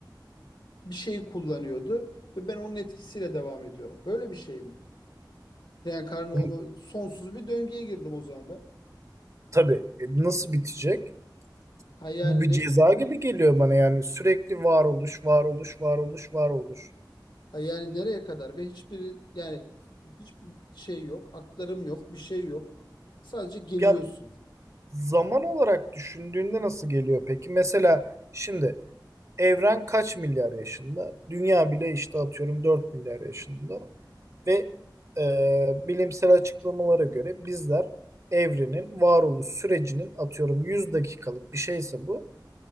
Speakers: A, on the left (about 85°); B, on the right (about 40°).
A: bir şeyi kullanıyordu ve ben onun etkisiyle devam ediyorum. Böyle bir şey mi? Reenkarnı
B: Bunu,
A: olma sonsuz bir döngüye girdim o zaman ben.
B: tabii. E, nasıl bitecek?
A: Ha yani
B: Bu bir
A: ne
B: ceza gibi geliyor bana yani sürekli varoluş, varoluş, varoluş, varoluş.
A: ha yani nereye kadar ve hiçbir yani hiçbir şey yok, aktarım yok, bir şey yok. Sadece geliyorsun.
B: Ya zaman olarak düşündüğünde nasıl geliyor peki? Mesela şimdi Evren kaç milyar yaşında? Dünya bile işte atıyorum 4 milyar yaşında. Ve e, bilimsel açıklamalara göre bizler evrenin varoluş sürecinin atıyorum 100 dakikalık bir şeyse bu